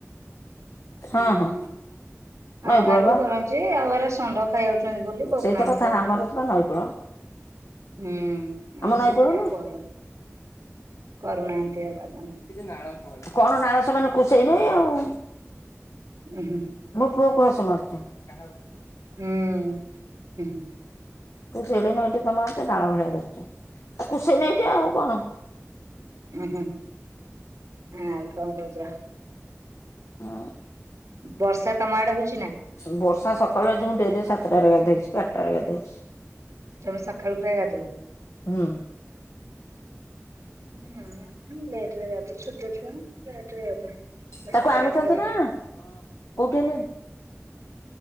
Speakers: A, on the right (about 85°); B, on the left (about 75°).
A: ହୁଁ
B: ହଁ ହଁ
A: ଆମ
B: ମୋ
A: ଗାଁରେ
B: ପୁଅ
A: ବି
B: ପା
A: କରନ୍ତି ଯେ ଆଉରା ଷଣ୍ଢ ଖାଇ ଯାଉଛନ୍ତି ବୋଲି କରୁନାହାନ୍ତି
B: ସେଇତ କଥା
A: ଜମା।
B: ଆମର ତ ବା ନଈକୂଳ
A: ହୁଁ ଆମର
B: ଆମ ନଈକୂଳ
A: ସେଇଥିପାଇଁ
B: ନୁହେଁ।
A: କରୁନୁ। କରୁନାହାନ୍ତି ଆଉ ବାବା।
B: ନାଳ ସେମାନେ କଣ ନାଳ ସେମାନ କୁଷେଇ ନେଇ ଆଉ
A: ହୁଁ।
B: ମୋ ପୁଅ କୁ ହସ ମାରୁଛି। କାହାକୁ?
A: ହୁଁ ହଁ।
B: ତ ଯେଡ଼େ ନଈତେ ତମର ସେ ନାଳ ଭଳିଆ ଦେ କୁସେଇ ନେଇ ଏଟେ ଆଉ କଣ?
A: ହଁ ହୁଁ ହଁ ଆଉ କଣ କହୁଛ?
B: ହଁ।
A: ବର୍ଷା ତମ ଆଡେ ହଉଛି ନା?
B: ବର୍ଷା ସକାଳୁ ଆଜି ମୁଁ ଡେରିରେ ସାତଟାରେ ଗାଧେଇଛି ଆଠଟାରେ ଗାଧେଇଛି।
A: ତମେ ସକାଳୁ ପ୍ରାୟେ ଗାଧୋଓ
B: ହୁଁ।
A: ନା ଲେଟରେ ଗାଧାଏ ଛୋଟ ଛୁଆ ଲେଟରେ ଗାଧାଏ ଦଶଟା
B: ତାକୁ ଆଣୁଛନ୍ତି
A: ଏଗାର ଟାରେ ଗାଧା
B: ନା ଆଣ କୋଉଠି ହେଲେଣି?